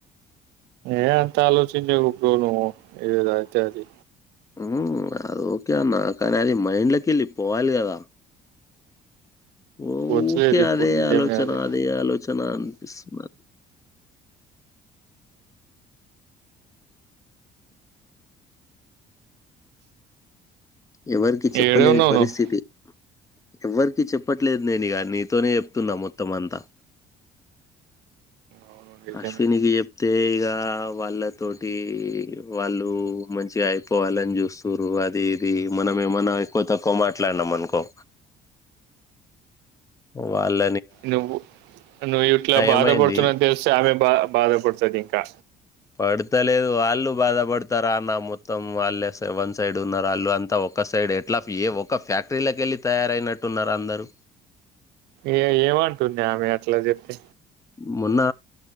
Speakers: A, on the right; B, on the left.
A: ఏ ఎంత ఆలోచించకు ఇప్పుడు నువ్వు ఏదైతే అది
B: మ్మ్ అది ఓకే అన్నా కాని అది మైండ్లాకెళ్ళి పోవాలి కదా వూకే
A: వచ్చలేదు ఇప్పుడు
B: అదే
A: నిజమే
B: ఆలోచన
A: అది
B: అదే ఆలోచన అనిపిస్తున్నది ఎవరికి చెప్పలేని
A: ఏడున్నావు
B: పరిస్థితి
A: నువ్వు
B: ఎవరికి చెప్పట్లేదు నేను ఇక నీతోనే చెప్తున్నా మొత్తం అంతా
A: అవును నిజమే
B: అశ్వినికి చెప్తే ఇక వాళ్ళతోటి వాళ్ళు మంచిగా అయిపోవాలని చూస్తుర్రు అది ఇది మనమ ఏమన్నా ఎక్కువ తక్కువ మాట్లాడినాం అనుకో వాళ్ళ
A: నువ్వు నువ్వు ఇట్లా బాధపడుతున్నావని
B: ఏమైంది
A: తెలిస్తే ఆమె బా బాధ పడుతది ఇంకా
B: పడతలేదు వాళ్ళు బాధపడతారా అన్న మొత్తం వాళ్ళు వన్ సైడ్ ఉన్నారు వాళ్ళు అంతా వన్ సైడ్ ఉన్నారు వాళ్ళు అంతా ఒక సైడ్ ఎట్లా పీఏ ఒక్క ఫ్యాక్టరీలోకి వెళ్ళి తయారయినట్టు ఉన్నారు అందరు
A: ఏ ఏంటుంది అమె అట్లా చెప్తే
B: మొన్న